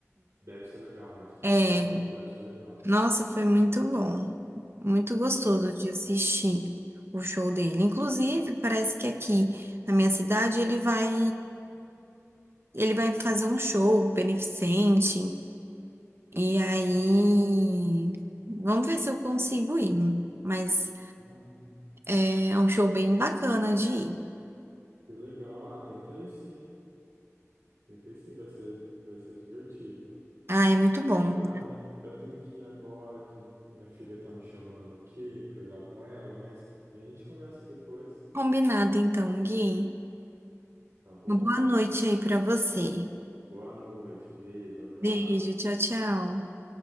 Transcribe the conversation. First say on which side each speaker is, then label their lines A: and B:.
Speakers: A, on the right; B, on the right.
A: deve ser legal, um artista
B: É,
A: aqui no show que deve ser legal.
B: nossa, foi muito bom. Muito gostoso
A: É.
B: de assistir o show dele. Inclusive, parece que aqui na minha cidade ele vai. Ele vai fazer um show beneficente. E aí. Vamos ver se eu consigo ir. Mas
A: Ai,
B: é um show bem bacana de ir.
A: que legal. Ah, tenta aí sim. Tenta aí sim, vai ser, vai ser divertido.
B: Ah, é muito bom.
A: Tami, eu tenho que ir agora que minha filha tá me chamando aqui pra eu ir lá com ela, mas a gente conversa depois,
B: Combinado então, Gui.
A: tá bom?
B: Uma boa noite aí pra você.
A: Boa noite, beijo, abraço.
B: Beijo, tchau, tchau.